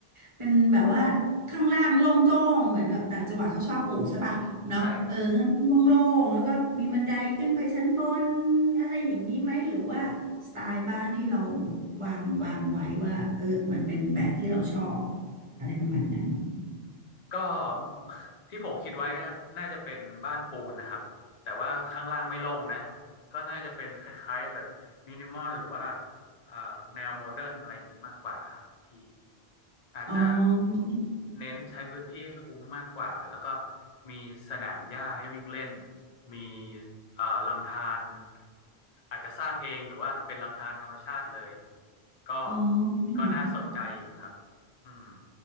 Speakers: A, on the right; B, on the left.
A: เป็นแบบว่าข้างล่างโล่งโจ้งเหมือนกับต่างจังหวัดเขาชอบปลูกใช่ป่ะเนาะเออข้างล่างโล่งๆแล้วก็มีบันไดขึ้นไปชั้นบน
B: ใช่
A: อะไรอย่างนี้ไหมหรือว่าสไตล์บ้านที่เราวางวางไว้ว่าเออมันเป็นแบบที่เราชอบอะไรประมาณนั้น
B: ก็ที่ผมคิดไว้ก็น่าจะเป็นบ้านปูนนะครับแต่ว่าข้างล่างไม่โล่งนะก็น่าจะเป็นคล้ายๆแบบมินิมอลหรือว่าเอ่อแนวโมเดิร์นอะไรอย่างนี้มากกว่าครับพี่อาจจะ
A: อ๋อ
B: เน้นใช้พื้นที่ให้คุ้มมากกว่าแล้วก็มีสนามหญ้าให้วิ่งเล่นมีเอ่อลำธารอาจจะสร้างเองหรือว่าเป็นลำธารธรรมชาติเลยก็
A: อ๋ออืม
B: ก็น่าสนใจอยู่ครับอืม